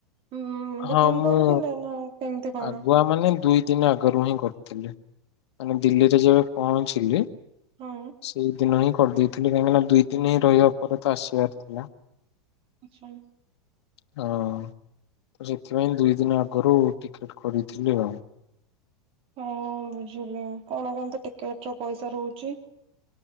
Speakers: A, on the right (about 40°); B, on the left (about 70°).
A: ଉଁ ବୁକିଂ
B: ହଁ ମୁଁ
A: କରିଥିଲେ ନା କେମିତି କଣ?
B: ଆଗୁଆ ମାନେ ଦୁଇ ଦିନ ଆଗରୁ ହିଁ କରିଥିଲେ ମାନେ ଦିଲ୍ଲୀରେ ଯେବେ ପହଞ୍ଚିଲି
A: ହଁ
B: ସେଇଦିନ ହିଁ କରିଦେଇଥିଲି କାହିଁକିନା ଦୁଇ ଦିନ ହିଁ ରହିବା ପରେତ ଆସିବାର ଥିଲା।
A: ଆଚ୍ଛା।
B: ହଁ। ତ ସେଥିପାଇଁ ଦୁଇ ଦିନ ଆଗରୁ ଟିକେଟ କରିଥିଲି ଆଉ।
A: ହଁ ବୁଝିଲି କଣ କହନ୍ତୁ ଟିକେଟର ପଇସା ରହୁଚି